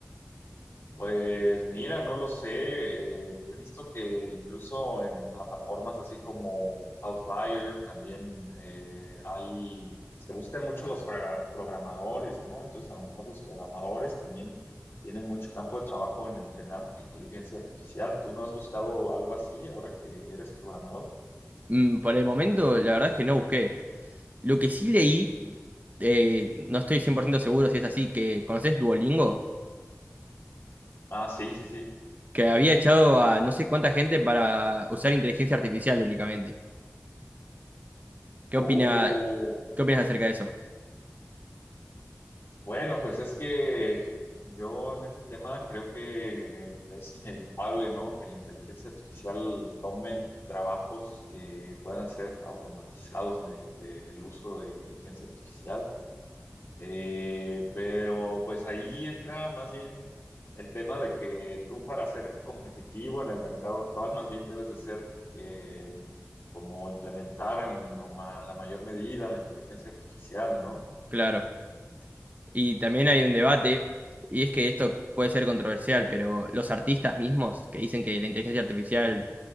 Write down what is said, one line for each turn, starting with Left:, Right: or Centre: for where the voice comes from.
Left: Pues mira, no lo sé. eh, he visto que incluso en plataformas así como Outlier también eh, hay, se buscan mucho los pra- programadores, ¿no? Entonces a lo mejor los programadores también tienen mucho campo de trabajo en entrenar inteligencia artificial. ¿Tú no has buscado algo así ahora que eres programador?
Right: Mm, por el momento, la verdad es que no busqué. Lo que sí leí,
Left: Ujú.
Right: eh, no estoy 100% seguro si es así, que ¿conocés Duolingo?
Left: Ah, sí, sí, sí.
Right: que había echado a no sé cuánta gente para usar inteligencia artificial únicamente. ¿Qué
Left: Oh.
Right: opina, qué opinas acerca de eso?
Left: Bueno, pues es que yo en este tema creo que es inevitable, ¿no? Que la inteligencia artificial tome trabajos que puedan ser automatizados mediante el uso de inteligencia artificial. Eh, pero pues ahí entra más bien el tema de que tú para ser competitivo en el mercado actual, más bien debes de ser eh, como implementar en lo ma- la mayor medida la inteligencia artificial, ¿no?
Right: Claro. Y también hay un debate, y es que esto puede ser controversial, pero los artistas mismos que dicen que la inteligencia artificial,